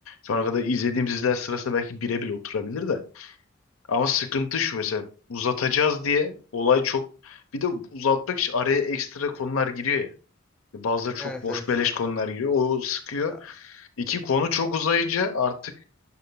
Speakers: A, on the left; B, in the centre.
A: şu ana kadar izlediğim diziler sırasında belki bire bile oturabilir de. Ama sıkıntı şu mesela uzatacağız diye olay çok bir de uzatmak için araya ekstra konular giriyor ya. Bazıları çok
B: Evet
A: boş
B: evet.
A: beleş konular giriyor. O sıkıyor.
B: Ya
A: İki konu çok uzayınca artık